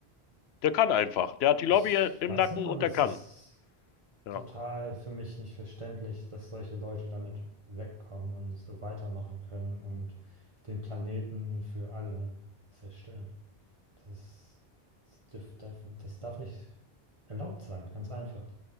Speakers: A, on the left (about 80°); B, on the right (about 30°).
A: Der kann einfach. Der hat die Lobby
B: ich
A: im
B: weiß
A: Nacken
B: nicht, und
A: und
B: das
A: der kann.
B: ist
A: Ja.
B: total für mich nicht verständlich, dass solche Leute damit wegkommen und so weitermachen können und den Planeten für alle zerstören. Das, das dürf, darf, das darf nicht erlaubt sein, ganz einfach.